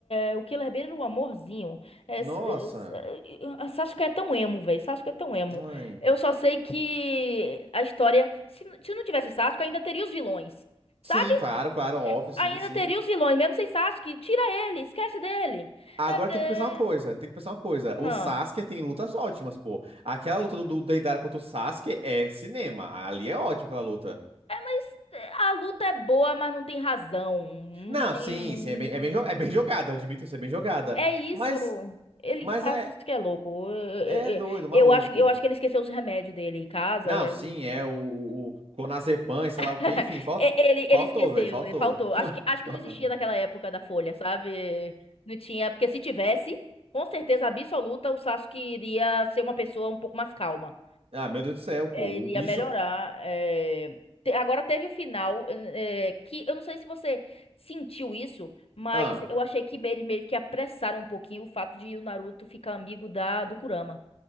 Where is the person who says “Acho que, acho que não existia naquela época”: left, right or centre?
Left